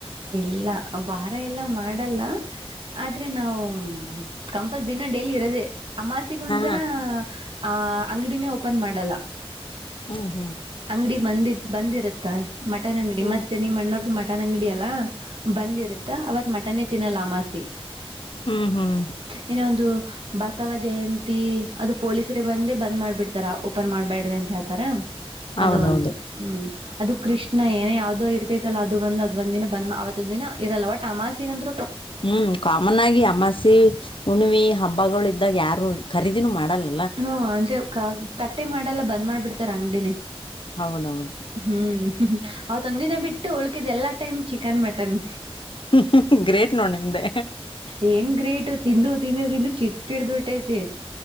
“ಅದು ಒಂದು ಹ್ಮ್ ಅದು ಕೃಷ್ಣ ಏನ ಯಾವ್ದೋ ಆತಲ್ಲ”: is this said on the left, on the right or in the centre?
Right